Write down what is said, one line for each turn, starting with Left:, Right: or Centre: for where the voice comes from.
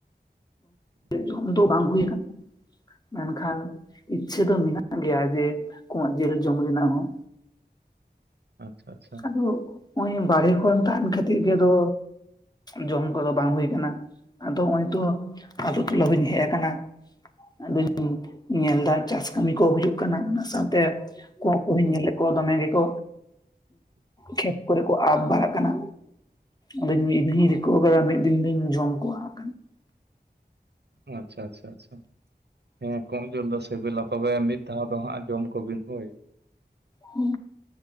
Left: ᱡᱚᱢ ᱫᱚ ᱵᱟᱝ ᱦᱩᱭ ᱟᱠᱟᱱᱟ᱾ ᱢᱮᱱᱠᱷᱟᱱ ᱤᱪᱪᱷᱟᱹ ᱫᱚ ᱢᱮᱱᱟᱜ ᱜᱮᱭᱟ ᱡᱮ ᱠᱚᱸᱜ ᱡᱮᱞ ᱡᱚᱢ ᱨᱮᱱᱟᱜ ᱦᱚᱸ᱾
Right: ᱟᱪᱪᱷᱟ ᱟᱪᱪᱷᱟ᱾
Left: ᱟᱫᱚ ᱦᱚᱜᱼᱚᱭ ᱵᱟᱨᱦᱮ ᱠᱚᱨᱮ ᱛᱟᱦᱮᱱ ᱠᱷᱟᱛᱤᱨ ᱜᱮ ᱟᱫᱚ ᱡᱚᱢ ᱠᱚᱫᱚ ᱵᱟᱝ ᱦᱩᱭ ᱠᱟᱱᱟ᱾ ᱟᱫᱚ ᱦᱚᱸᱜ-ᱚᱭ ᱛᱚ ᱟᱛᱩ ᱴᱚᱞᱟ ᱦᱩᱧ ᱦᱮᱡ ᱟᱠᱟᱱᱟ᱾ ᱟᱫᱚᱧ ᱧᱮᱞ ᱮᱫᱟ ᱪᱟᱥ ᱠᱟᱹᱢᱤ ᱠᱚ ᱦᱩᱭᱩᱜ ᱠᱟᱱᱟ ᱚᱱᱟ ᱥᱟᱶᱛᱮ ᱠᱚᱸᱜ ᱠᱚᱦᱚᱧ ᱧᱮᱞᱮᱫ ᱠᱚᱣᱟ ᱫᱚᱢᱮ ᱜᱮᱠᱚ ᱠᱷᱮᱛ ᱠᱚᱨᱮ ᱠᱚ ᱟᱵᱽ ᱵᱟᱲᱟᱜ ᱠᱟᱱᱟ᱾ ᱟᱫᱚᱧ ᱤᱧ ᱦᱤᱧ ᱨᱤᱠᱟᱹᱣ ᱟᱠᱟᱫᱟ ᱢᱤᱫ ᱫᱤᱱ ᱫᱚᱧ ᱡᱚᱢ ᱠᱚᱣᱟ ᱦᱟᱜ᱾
Right: ᱟᱪᱪᱷᱟ ᱟᱪᱪᱷᱟ ᱟᱪᱪᱷᱟ᱾ ᱦᱮᱸ ᱠᱚᱸᱜ ᱡᱤᱞ ᱫᱚ ᱥᱤᱵᱤᱞᱟ, ᱛᱚᱵᱮ ᱢᱤᱫ ᱫᱷᱟᱣ ᱫᱚ ᱦᱟᱸᱜ ᱡᱚᱢ ᱠᱚᱵᱤᱱ ᱦᱳᱭ᱾
Left: ᱦᱩᱸ